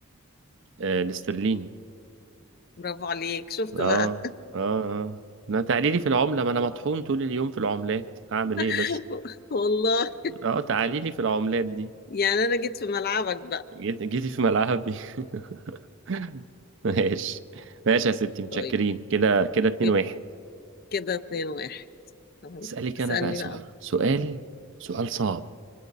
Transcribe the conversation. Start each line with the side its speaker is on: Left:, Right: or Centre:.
Right: آه الاسترليني
Left: برافو عليك شفت
Right: اه
Left: بقى
Right: اه اه ما تعالي لي في العمله ما انا مطحون طول اليوم في العملات هعمل ايه بس
Left: <laughs> والله
Right: اه تعالي لي في العملات دي
Left: يعني انا جيت في ملعبك بقى
Right: جيت جيتي في ملعبي <laughs> ماشي ماشي يا ستي متشكرين
Left: طيب
Right: كده كده اتنين
Left: يبقى
Right: واحد
Left: كده اتنين واحد طيب
Right: اسألك
Left: اسألني
Right: انا بقى سؤال
Left: بقى
Right: سؤال سؤال صعب